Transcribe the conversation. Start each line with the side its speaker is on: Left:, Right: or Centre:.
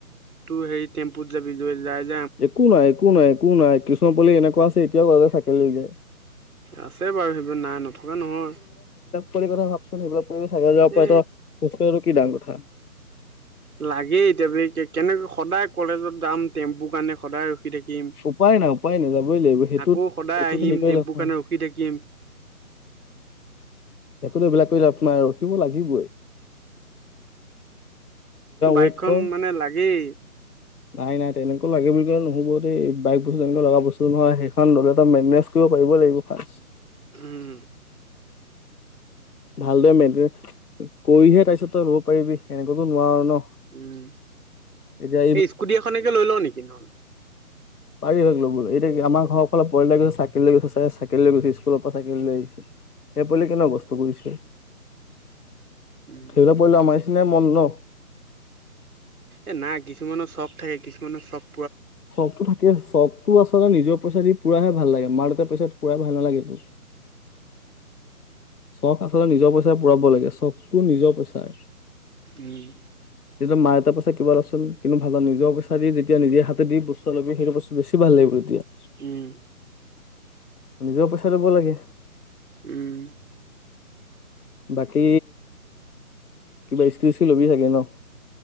Right: তোৰ হেৰি টেম্পুত যাবি লৈ যায়
Left: একো নাই একো নাই। একো নাই, কিছুমান পোৱালি এনেকুৱা আছে এতিয়াও আ চাইকেল লৈ যায়।
Right: আছে বাৰু সেইবোৰ নাই নথকা নহয়
Left: পৰি কথা ভাব <unintelligible> চোন সেইবিলাক কৰি চাইকেলত যাব
Right: এ
Left: পাৰে ত খোজকাই ত কি দাঙ কথা
Right: লাগেই এতিয়া বে কে কেনেকে সদায় কলেজত যাম টেম্পু কানে <unintelligible> সদায় থাকিম
Left: উপায় নাই উপায় নাই যাবই লাগিব সেইটোত
Right: আকৌ সদায়
Left: সেইটোত
Right: আহিম
Left: হেৰি কৰি
Right: টেম্পু
Left: লাভ নাই
Right: কাৰণে ৰখি থাকিম
Left: সেইটো লৈ এইবিলাক কৰি লাভ নাই আৰু ৰখিব লাগিবই <unintelligible>
Right: বাইকখন
Left: ৱেইট কৰ
Right: মানে লাগেই
Left: নাই নাই তেনেকুৱা লাগে বুলি কলে নহ'ব দেই বাইক ব লগা বস্তু নহয় সেইখন দলেত একদম মেনেজ কৰিব কৰিব লাগিব ফাচ
Right: উম
Left: ভালদৰে মেনতেন কৰিহে তাৰপিছত লব পাৰিবি এনেকৈতো নোৱাৰ ন
Right: উম
Left: এতিয়া
Right: এই স্কুটি এখনকে লৈ লও নেকি নহলে
Left: পাৰি এতিয়া আমাৰ ঘৰ ফালে পোৱালি এটা গৈছে চাইকেল লৈ গৈছে চা চাইকেল লৈ গৈছছে স্কুলৰ পৰা চাইকেল লৈ আহিছে সেই পোৱালি কেনেক বস্তু <unintelligible> কৰিছে
Right: উম
Left: ধৰিলা পোৱালীটো আমাৰ <unintelligible> নিচিনা মন ন
Right: এ নাই কিছুমানৰ চখ থাকে কিছুমানৰ চক
Left: চবতো থাকে চব তো আচলতে নিজৰ পইচা দি পুৰাহে ভাল লাগে মাৰ দেউতা পইচা দি পুৰাই ভাল নালাগেটো চখ আচলতে নিজৰ পইচাৰ পূৰাব লাগে চখটো নিজৰ পইচাৰ
Right: উম
Left: এতিয়া মা দেতা পইচা <unintelligible> কিবা এটা চুন কিন্তু ভাল নিজক বিচাৰি যেতিয়া নিজে হাতে দি বস্তু লবি সেইটো বস্তু বেছি ভাল লাগিব তেতিয়া <unintelligible>
Right: উম
Left: নিজেও পইচা লব লাগে
Right: উম
Left: বাকী কিবা ইস্কি চি ল'বি চাগে ন <unintelligible>